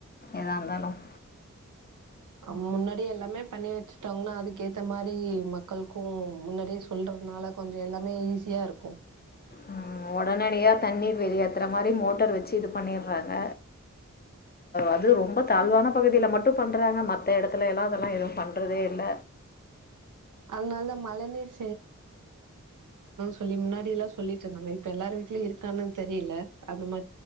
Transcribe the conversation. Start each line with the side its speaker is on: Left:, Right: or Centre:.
Left: எதாருந்தாலும்
Right: அம் முன்னாடியே எல்லாமே பண்ணி வச்சுட்டாங்கனா அதுக்கேத்த மாரி மக்களுக்கு முன்னாடியே சொல்றனால கொஞ்ச எல்லாமே ஈஸியா இருக்கும்
Left: ம் ஒடனடியா தண்ணீர் வெளியேத்தற மாரி மோட்டர் வச்சு இது பண்ணிறாங்க அது ரொம்ப தாழ்வான பகுதில மட்டும் பண்றாங்க மத்த எடத்துல எல்லா அதெல்லாம் எதுவு பண்றதே இல்ல
Right: அதனால தா மழைநீர் ப்ல்லிம் மின்னாடில்லா சொல்லிட்டுருந்தாங்க இப்ப எல்லார வீட்டுலயும் இருக்கானு தெரில அது மா